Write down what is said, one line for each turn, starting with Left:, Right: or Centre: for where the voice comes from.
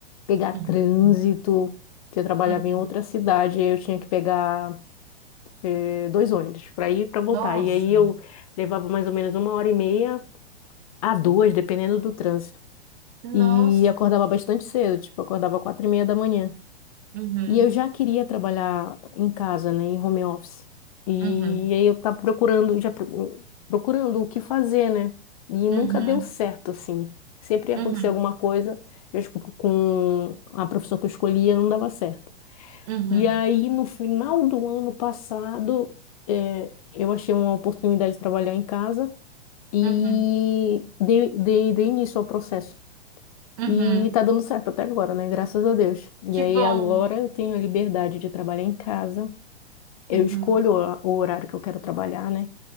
Left: pegar
Right: uhum,
Left: trânsito, que eu trabalhava
Right: uhum.
Left: em outra cidade, aí eu tinha que pegar eh, dois ônibus para ir e para voltar.
Right: Nossa,
Left: E aí eu levava mais ou menos uma hora e meia a duas, dependendo do trânsito.
Right: nossa.
Left: E acordava bastante cedo, tipo, acordava quatro e meia da manhã.
Right: Uhum,
Left: E eu já queria trabalhar em casa, né, em home office. E
Right: uhum,
Left: aí eu tava procurando, já pro- procurando o que fazer, né? E nunca
Right: uhum,
Left: deu certo, assim. Sempre ia acontecer
Right: uhum,
Left: alguma coisa, eu, acho que com a profissão que eu escolhia, não dava certo.
Right: uhum,
Left: E aí, no final do ano passado, eh, eu achei uma oportunidade de trabalhar em casa e
Right: uhum,
Left: dei, dei, dei início ao processo.
Right: uhum.
Left: E tá dando certo até agora, né? Graças a Deus. E
Right: Que
Left: aí,
Right: bom.
Left: agora eu tenho a liberdade de trabalhar em casa. Eu
Right: Uhum.
Left: escolho o o horário que eu quero trabalhar, né?